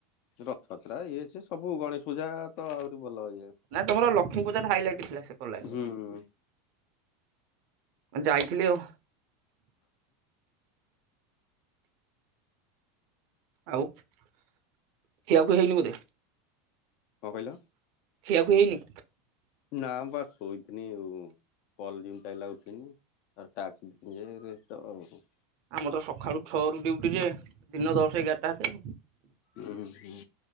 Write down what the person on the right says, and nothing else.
ନା ତମର ଲକ୍ଷ୍ମୀ ପୂଜା ଟା ହାଇଲାଇଟ ଥିଲା ସେକଡ ଲାଇନରେ।
ଯାଇଥିଲି ଆଉ। ଆଉ ଖିଆ ଖୁଈ ହେଇନି ବୋଧେ।
ଖିଆ ଖୁଇ ହେଇନି।
ଆମର ସଖାଳୁ ଛଅ ରୁ ଡିଉଟି ଯେ ଦିନ ଦଶ ଏଗାରଟା ହାତେ।